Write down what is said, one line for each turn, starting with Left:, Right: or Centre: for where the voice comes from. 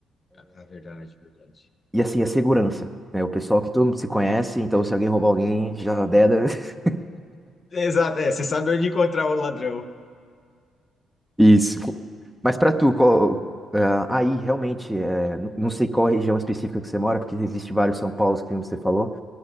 Left: ah, tá, verdade, verdade.
Centre: E assim, a segurança, né? O pessoal que todo mundo se conhece, então se alguém roubar alguém, já deda. <laughs>
Left: Exato, é, você sabe onde encontrar o ladrão.
Centre: Isso. Mas pra tu, qual, ah, aí realmente, é, n- não sei qual região específica que você mora, porque existe vários São Paulos, que nem você falou.